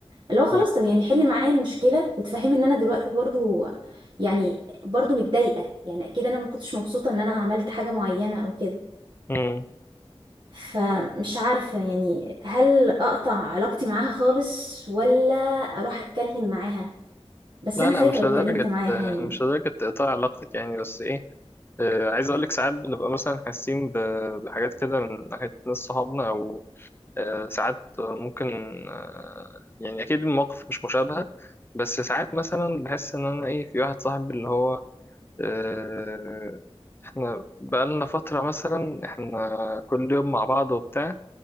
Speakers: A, on the right; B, on the left.
A: اللي هو خلاص
B: مم.
A: طب يعني حلي معايا المشكله وتفهمي ان انا دلوقتي برضو يعني برضو متضايقه يعني اكيد انا ما كنتش مبسوطه ان انا عملت حاجه معينه او كده
B: مم.
A: فمش عارفه يعني هل اقطع علاقتي معاها خالص ولا اروح اتكلم معاها بس
B: لا
A: انا
B: لا
A: خايفه
B: مش
A: لو
B: لدرجة
A: اتكلمت معاها يعني
B: مش لدرجة تقطع علاقتك يعني بس ايه آه، عايز اقول لك ساعات بنبقى مثلا حاسين ب- بحاجات كده من ناحيه ناس صحابنا او آه، ساعات ممكن آه، يعني اكيد المواقف مش مشابهه بس ساعات مثلا بحس ان انا ايه في واحد صاحبي اللي هو آه، احنا بقالنا فتره مثلا احنا كل يوم مع بعض وبتاع